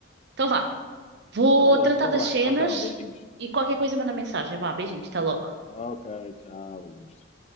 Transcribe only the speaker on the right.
Então vá. Vou
tratar
das
cenas
e qualquer coisa manda mensagem. Vá, beijinhos, até logo.